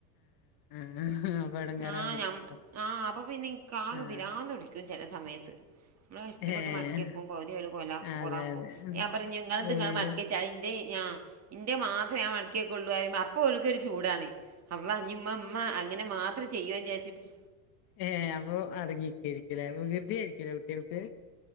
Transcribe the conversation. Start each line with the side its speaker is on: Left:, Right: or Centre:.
Left: <unintelligible> എടങ്ങേറാവുന്നുണ്ടാവും
Right: ആഹ് ഞമ്മ ആഹ് അപ്പൊ പിന്നെ ഇക്ക് ആകെ
Left: ആഹ്
Right: പിരാന്ത് പിടിക്കും ചെല സമയത്ത് ഫസ്റ്റ് ഇവിടെ
Left: ഏഹ്
Right: മടക്കി വെക്കു പൗതി അവര് കൊല
Left: അതെ
Right: കൊളാക്കും
Left: അതെ
Right: ഞാൻ പറഞ്ഞ് ഇങ്ങളത് ഇങ്ങള്
Left: വീണ്ടും
Right: മടക്കി വെച്ചാള എൻ്റെ <unintelligible> ഇന്റെ മാത്ര ഞാ മടക്കി കൊണ്ട് വരൂമ്പോ അപ്പോ ഓൾക്ക് ഒരു ചൂടാണ് അപ്പൊ ഇനി അമ്മ ഉമ്മ അങ്ങനെ മാത്രം- എത്ര ചെയ്യും എന്ന് വിചാരിച്ചിട്ടേ
Left: ഏ അപ്പൊ അടങ്ങിയിരിക്കലേ വൃകൃതിയായിരിക്കലേ കുട്ടികൾക്ക്